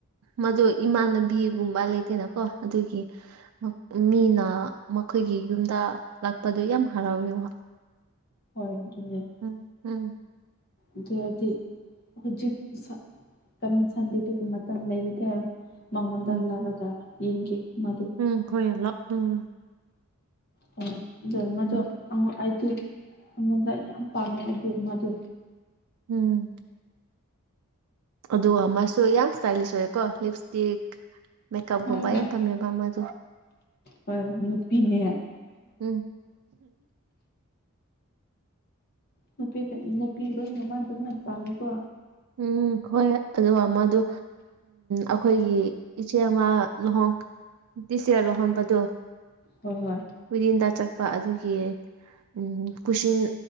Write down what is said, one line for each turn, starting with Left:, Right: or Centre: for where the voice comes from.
Right: ꯃꯗꯣ ꯏꯃꯥꯟꯅꯕꯤꯒꯨꯝꯕ ꯂꯩꯇꯦꯅꯀꯣ ꯑꯗꯨꯒꯤ ꯃꯤꯅ ꯃꯈꯣꯏꯒꯤ ꯌꯨꯝꯗ ꯂꯥꯛꯄꯗꯣ ꯌꯥꯝ ꯍꯔꯥꯎꯋꯦ ꯋꯥ
Left: ꯍꯣꯏ ꯑꯗꯨꯝ
Right: ꯎꯝ ꯎꯝ
Left: ꯑꯗꯨ ꯑꯣꯏꯔꯗꯤ ꯍꯧꯖꯤꯛ ꯀꯃꯤꯡ ꯁꯟꯗꯦꯗꯨꯒꯤ ꯃꯇꯝ ꯂꯩꯕꯗꯤ ꯍꯥꯏꯔ ꯃꯉꯣꯟꯗ
Right: ꯎꯝ
Left: ꯂꯥꯛꯂꯒ ꯌꯦꯡꯒꯦ ꯃꯗꯨ
Right: ꯎꯝ ꯍꯣꯏ ꯂꯥꯛ ꯎꯝ
Left: ꯑꯣ ꯑꯗ ꯃꯗꯨ
Right: ꯎꯝ
Left: ꯑꯩ ꯑꯩꯉꯣꯟꯗ ꯌꯥꯝ ꯄꯥꯝꯃꯦ ꯑꯗꯨ ꯃꯥꯗꯣ
Right: ꯎꯝ ꯑꯗꯨꯒ ꯃꯥꯁꯨ ꯌꯥꯝ ꯏꯁ꯭ꯇꯥꯏꯂꯤꯁ ꯑꯣꯏꯌꯀꯣ ꯂꯤꯞ ꯏꯁꯇꯤꯛ ꯃꯦꯀꯞꯒꯨꯝꯕ
Left: ꯍꯣꯏ
Right: ꯌꯥꯝ ꯄꯝꯃꯦ ꯄꯥꯝꯃ ꯑꯗꯨ
Left: ꯍꯣꯏ ꯅꯨꯄꯤꯅꯦ
Right: ꯎꯝ
Left: ꯅꯨꯄꯤꯗ ꯅꯨꯄꯤ ꯂꯅ ꯃꯥ ꯑꯗꯨ ꯄꯅꯤ ꯀꯣ
Right: ꯎꯝ ꯍꯣꯏ ꯑꯗꯨꯒ ꯃꯗꯨ ꯑꯩꯈꯣꯏꯒꯤ ꯏꯆꯦ ꯑꯃ ꯂꯨꯍꯣꯡ ꯇꯤꯁ ꯑꯦꯌꯥꯔ ꯂꯧꯍꯟꯕꯗꯣ
Left: ꯍꯣꯏ ꯍꯣꯏ
Right: ꯋꯤꯗꯤꯟ ꯗ ꯆꯠꯄ ꯑꯗꯨꯒꯤ ꯎꯝ ꯀꯨꯁꯤꯟ